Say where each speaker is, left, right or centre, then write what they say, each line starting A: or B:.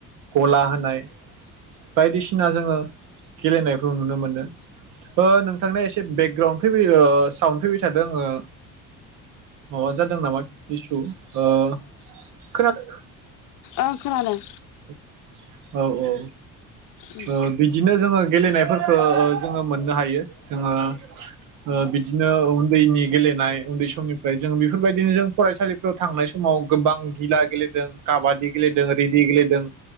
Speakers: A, on the right (about 70°); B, on the left (about 70°).
A: गला होनाय बायदिसिना जोङो गेलेनायखौ नुनो मोनो हो नोंथांना एसे बेकग्राउन्ड फैबाय ओ साउन फैबाय थादों ओ माबा जादों नामा थिसु ओ खोनादों
B: ओं खोनादों।
A: औ औ
B: ओं
A: ओ बिदिनो जोङो गेलेनायफोरखौ जोङो मोननो हायो जोङो ओ बिदिनो उन्दैनि गेलेनाय उन्दै समनि फ्राय जों बेफोरबायदिनो जों फरायसालिफ्राव थांनाय समाव गोबां गिला गेलेदों काबादि गेलेदों रेदि गेलेदों